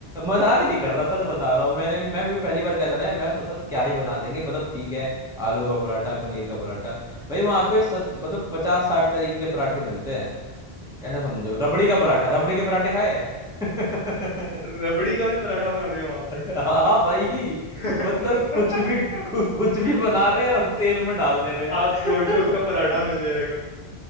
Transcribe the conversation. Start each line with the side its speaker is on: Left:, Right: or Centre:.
Centre: मजाक नहीं कर रहा सच बता रहा हूँ मैंने मैं भी पहली बार क्या था ना यार मैं सोचा क्या ही बना देंगे मतलब ठीक है आलू का पराठा पनीर का पराठा भाई वहाँ पे सत, मतलब पचास साठ तरीके के पराठे मिलते हैं ऐसा समझो रबड़ी का पराठा
Left: वहां पे
Centre: रबड़ी के पराठे खाए हैं
Left: रबड़ी का भी पराठा बना दिया वहां
Centre: <laughs>
Left: पे
Centre: हाँ भाई
Left: <laughs>
Centre: मतलब कुछ भी कु, कुछ भी बना रहे हैं और तेल में डाल दे रहे हैं
Left: आप सोचो उसका पराठा
Centre: <laughs>
Left: मिल जाएगा